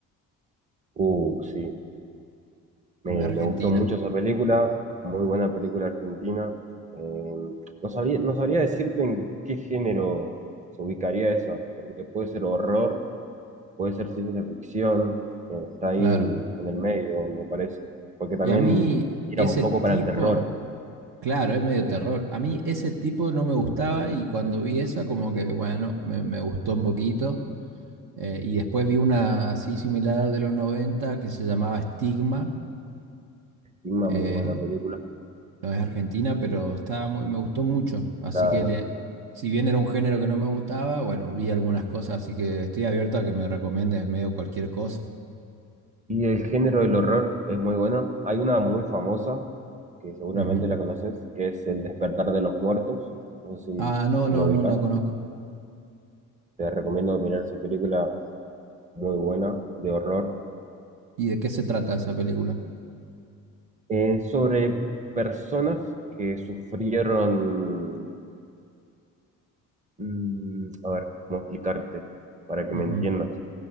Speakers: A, on the right (about 15°); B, on the right (about 65°).
A: Uh, sí. Me,
B: una argentina,
A: me gustó mucho esa película, muy buena película argentina. Eh, no sabría, no sabría decirte en qué género se ubicaría esa, porque puede ser horror, puede ser ciencia ficción, eh, está ahí
B: claro.
A: en, en el medio, me parece. Porque también
B: Y a mí
A: tira
B: ese
A: un poco
B: tipo,
A: para el terror,
B: claro, es medio terror, a mí ese tipo no me gustaba y cuando vi esa como que, bueno, me, me gustó un poquito. Eh, y después vi una así similar de los 90 que se llamaba Estigma.
A: y una
B: eh,
A: muy buena película,
B: no es argentina, pero estaba muy, me gustó mucho. Así
A: claro.
B: que le- si bien era un género que no me gustaba, bueno, vi algunas cosas, así que estoy abierto a que me recomiendes medio cualquier cosa.
A: Y el género del horror es muy buena. Hay una muy famosa, que seguramente
B: Ujú.
A: la conoces, que es El despertar de los muertos. No sé si,
B: Ah, no,
A: si
B: no,
A: lo ubicas.
B: no la conozco.
A: Te recomiendo mirar esa película muy buena de horror.
B: ¿Y de qué se trata esa película?
A: Eh, sobre personas que sufrieron... mm, a ver, cómo explicarte para que
B: Ujú,
A: me entiendas.